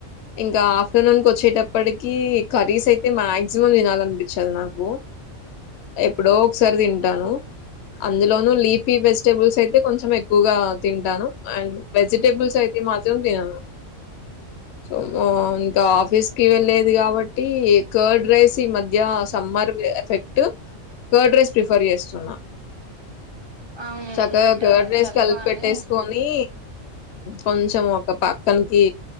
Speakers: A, on the left; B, on the right.
A: ఇంకా ఆఫ్టర్నూన్ కి వచ్చేటప్పటికి కర్రీస్ అయితే మాక్సిమం తినాలన్ పించదు నాకు ఎప్పుడో ఒకసారి తింటాను అందులోను లీఫీ వెజిటెబుల్స్ అయితే కొంచెం ఎక్కువగా తింటాను అండ్ వెజిటేబుల్స్ అయితే మాత్రం తిన సో మో ఇంకా ఆఫీస్ కి వెల్లే ది కాబట్టి కర్డ్ రైస్ ఈ మధ్య summer effect curd rice prefer చేస్తున్నా
B: అవును
A: చక్కగా
B: బెటర్
A: కర్డ్ రైస్
B: చలువా
A: కలిపేట్టేసుకో
B: అని
A: కి కొంచెం ఉమ్ ఒక పక్కన్కి